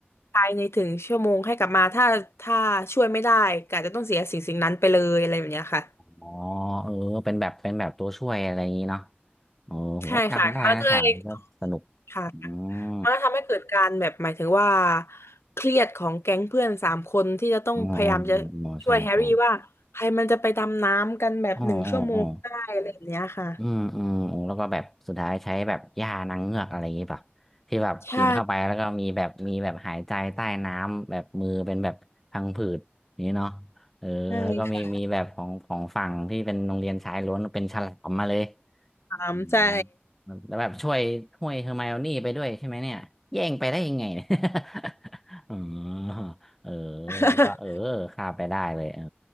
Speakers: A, on the left; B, in the centre.
A: ภายในถึงชั่วโมงให้กลับมาถ้าถ้าช่วยไม่ได้ก็อาจจะต้องเสียสิ่งสิ่งนั้นไปเลยอะไรแบบเนี้ยค่ะ
B: อ๋อเออเป็นแบบเป็นแบบตัวช่วยอะไรอย่างนี้เนาะเออผมก็จำได้นะฉากนี้ก็สนุกอื
A: ใช่ค่ะมันก็เลย ค่ะ
B: ม
A: มันก็ทำให้เกิดการแบบหมายถึงว่าเครียดของแก๊งเพื่อนสามคนที่จะต้องพยายามจะช่วยแฮร์รี่ว่าใครมันจะไปดำน้ำกันแบบหนึ่งชั่วโมงได้อะไรแบบเนี้ยค่ะ
B: อ๋ออ๋อใช่ใช่อ๋ออ๋ออ๋อ อืมอืมอืมแล้วก็แบบสุดท้ายใช้แบบยานางเงือกอะไรอย่างงี้ป่ะที่แบบกินเข้าไปแล้วก็มีแบบมีแบบหายใจใต้น้ำแบบมือเป็นแบบพังผืดอย่างนี้เนาะเออแล้วก็มีมีแบบของของฝั่งที่เป็นโรงเรียนชายล้วนเป็นฉลามมาเลย
A: ใช่ใช่ค่ะถามใช่
B: อืมแล้วแบบช่วยช่วยเฮอร์ไมโอนี่ไปด้วยใช่ไหมเนี่ยแย่งไปได้ยังไงเนี่ย <laughs> อ๋อเออ
A: <laughs>
B: แล้วก็เออข้ามไปได้เลย เออ